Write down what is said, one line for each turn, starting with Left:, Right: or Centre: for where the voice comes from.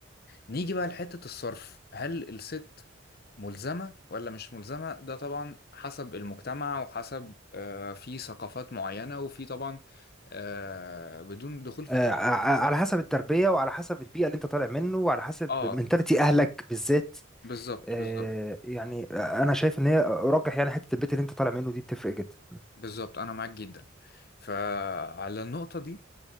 Left: نيجي بقى لحتة الصرف هل الست ملزمة ولا مش ملزمة ده طبعا حسب المجتمع وحسب آه في ثقافات معينة وفي طبعا آه بدون دخول في
Centre: آه،
Left: تفاصيل
Centre: ع- على حسب التربيه وعلى حسب البيئه اللي انت طالع منه وعلى حسب
Left: اه
Centre: منتاليتي اهلك بالذات
Left: بالظبط
Centre: آه،
Left: بالظبط
Centre: يعني آه، انا شايف ان هي ارجح يعني حته البيت اللي انت طالع منه دي بتفرق جدا
Left: بالظبط انا معاك جدا فعلى النقطة دي